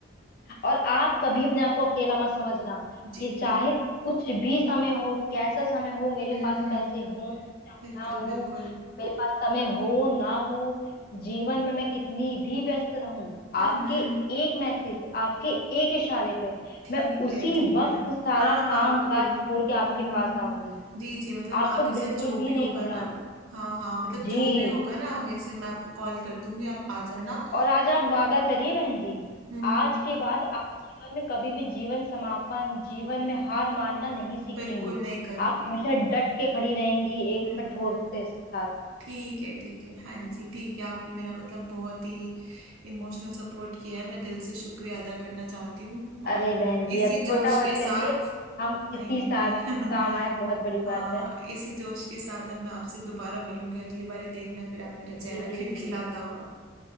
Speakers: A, on the left; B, on the right.
A: और आप कभी अपने आप को अकेला मत समझना
B: जी
A: कि चाहे कुछ भी समय हो कैसा समय हो मेरे
B: हम्म
A: पास
B: हम्म
A: पैसे हो चाहे
B: बिल्कुल
A: ना हो
B: बिल्कुल
A: मेरे पास समय हो ना हो जीवन में मैं कितनी भी व्यस्त रहूं
B: हम्म
A: आपके
B: हम्म
A: एक मैसेज आपके एक इशारे पे
B: ठीक
A: मैं उसी
B: है ठीक
A: वक्त
B: है
A: सारा
B: हाँ
A: काम
B: हाँ कोई
A: काज
B: नहीं
A: छोड़
B: हम्म
A: के आपके पास
B: हम्म हम्म।
A: आऊंगी
B: जी जी मतलब
A: आपको
B: आगे से
A: बिल्कुल
B: जो
A: भी
B: भी
A: नहीं
B: होगा
A: घबराना
B: ना
A: है
B: हाँ हाँ मतलब
A: जी
B: जो भी होगा ना आगे से मैं आपको कॉल कर दूंगी आप आ जाना
A: और आज आप वादा करिए बहन जी
B: हम्म
A: आज
B: हम्म
A: के बाद आप जीवन में कभी भी जीवन समापन जीवन में हार मानना नहीं सीखेंगी
B: बिल्कुल नहीं करूंगी
A: आप हमेशा डट के खड़ी रहेंगी एक
B: हम्म
A: कठोरता
B: हम्म हम्म
A: के साथ
B: ठीक है ठीक है हाँ जी ठीक है आपने मेरा मतलब बहुत ही इमोशनल सपोर्ट किया है मैं दिल से शुक्रिया अदा करना चाहती हूँ
A: अरे
B: और
A: बहन जी
B: इसी
A: आज छोटा
B: जोश
A: मत
B: के साथ
A: करिए हम
B: नहीं
A: इसी
B: नहीं
A: साथ
B: नहीं <laughs>
A: काम आए बहुत बड़ी बात
B: हाँ
A: है
B: इसी जोश के साथ अब मैं आपसे दोबारा मिलूंगी अगली बारी देखना फिर आप मेरा चेहरा
A: जी जी
B: खिलखिलाता
A: जी
B: हुआ